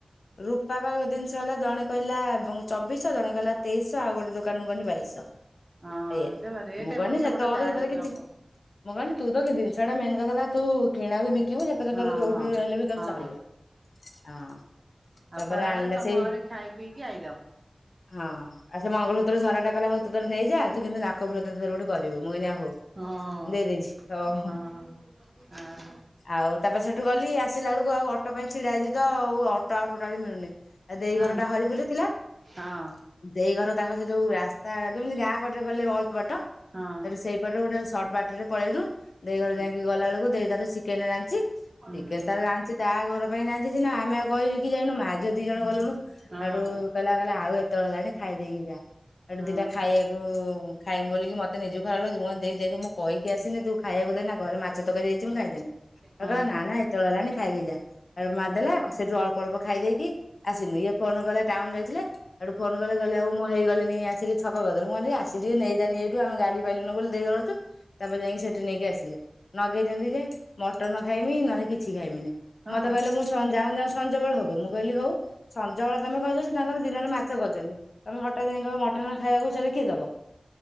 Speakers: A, on the left; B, on the right.
A: ରୂପା ପାଖ ଜିନିଷ ହେଲା ଜଣେ କହିଲା। ଏବଂ ଚବିଶ ଜଣେ ହେଲା ତେଇଶ ଆଉ ଗୋଟେ ଦୋକାନ ଗନି ବାଇଶ।
B: ହଁ
A: ଏଇଆ
B: ସେ ବା ରେଟ୍
A: ମୁଁ
B: ଏପଟ
A: କହିନି
B: ସେପଟ
A: ସେ ତୋର
B: ଯାହାହେଲେ
A: ସେ
B: ବି
A: କିଛି।
B: ହବ
A: ମୁଁ କହିନି ତୁ ତ କି ଜିନିଷ ଟା ମେନ୍ କଥା ହେଲା ତୁ କିଣାକୁ ବିକ- କେ ଯେତେ
B: ହଁ
A: ତୋର ଯୋଉଠୁ
B: ହଁ
A: ହେଲେ ବି ତୋର
B: ହଁ।
A: ଚଳିବ ହଁ। ତାପରେ
B: ଆଉ ଖରା
A: ଆଣିଲା
B: ବେଳେ ତମ
A: ସେଇ
B: ଘରେ ଖାଇ ପିଇକି ଆଇଲ।
A: ହଁ ଆଉ ସେ ମଙ୍ଗଳସୂତ୍ର ଝରା ଟା କଲେ ହଉ ତୁ ତାହେଲେ ନେଇଯା ତୁ କିନ୍ତୁ ନାକ ଫୁଲ ତର ଗୋଟେ କରିବୁ। ମୁଁ କହିନି ଆ ହଉ
B: ହଁ
A: ଦେଇଦେଇଛି ହ ହ।
B: ହଁ ହଁ
A: ଆଉ ତାପରେ ସେଠୁ ଗଲି ଆସିଲା ବେଳକୁ ଆଉ ଅଟୋ ପାଇଁ ଛିଡାଇଛି ତ ଆଉ ଅଟୋ ଆଉ ଟୋଟାଲି ମିଳୁନି। ଆ ଦେଇ
B: ହୁଁ
A: ଘରଟା ହରିପୁରରେ ଥିଲା
B: ହଁ
A: ଦେଇ ଘର ତାଙ୍କ ସେ ଯୋଉ- ହଁ ତା ଗାଁପଟରେ ଗଲେ ବହୁତ ବାଟ।
B: ହଁ
A: ସେ ସେଇପଟରେ ଗୋଟେ ସର୍ଟ ବାଟରେ ପଳେଇଲୁ ଦେଇ ଘର
B: ହୁଁ
A: ଯାଇକି ଗଲା ବେଳକୁ ଦେଇ ତାର ସି। କେନେ ଜାଣିଛି।
B: ହୁଁ
A: ଚିକେନ ତାର ଜାଣିଛି ତା ଘର ପାଇଁ ରାନ୍ଧିଛି ନା ଆମେ ଆଉ କହିହ କିି ଯାଇନୁ ମା ଝିଅ ଦି ଜଣ ଗଲୁଣୁ ଆଉ।
B: ହଁ ହଁ ହଁ ହଁ ହଁ ହଁ
A: ସେଠୁ କହିଲା କହିଲା ଆଉ ଏତେବେଳ ହେଲାଣି ଖାଇଦେଇକି ଯା ଏଠୁ
B: ହଁ
A: ଦିଟା ଖାଇବାକୁ- ଖାଇମୁଁ ବୋଲିକି ମୋତେ ନିଜ ଖରାପ ଲାଗଛି ମୁଁ କ ଦେଇ ଦେଖି ମୁଁ କହିକି ଆସିନି ତୁ ଖାଇକୁ ଦେଏନା ଘରେ ମାଛ ତକାରୀ ହେଇଛି ମୁଁ ଖାଇଦି- ନା
B: ହଁ
A: ନା ଏତେବେଳେ ହେଲାଣି ଖାଇକି ଯାଆ ସେଠୁ ମା ଦେଲା ଅଳ୍ପ- ଅଳ୍ପ ଖାଇ ଦେଇକି ଆସିଲି ଇଏ ଫୋନ କଲେ ଟାଉନ ଯାଇଥିଲେ ଆଠୁ ଫୋନ କଲେ ଗଲେ ଆଉ ମୁଁ ହେଇଗଲି - ଆସିକି ଛକ ପାଖରୁ ମୁଁ କହିନି ଆସିକି ନେଇ ଯା ଏଇଠୁ ଆମ ଗାଡି ପାଇଲୁନୁ ବୋଲି ଦି ଜଣ ଅଛୁ। ତାପରେ ଯାଇକି ସେଠୁ ନେଇକି ଆସିଲେ ନଗେଇଛନ୍ତି ଯେ। ମଟନ ଖାଇମି ନହେଲେ କିଛି ଖାଇମିନି
B: ହଁ ହଁ ହଁ
A: ମୋତେ କହିଲେ ମୁଁ ଯାଉ ଯାଉ ସଞ୍ଜବେଳ ହବ। ମୁଁ କହିଲି ହଉ ସଞ୍ଜ ବଳେ ତମେ କହିଛ ସେ ତାଙ୍କର ଦିନରେ ମାଛ କହିଛନ୍ତି। ତମେ ହଠାତ୍ ଯାଇକି କହିବ ମଟନ ଖାଇବାକୁ ଚାଲେ କିଏ ଦବ?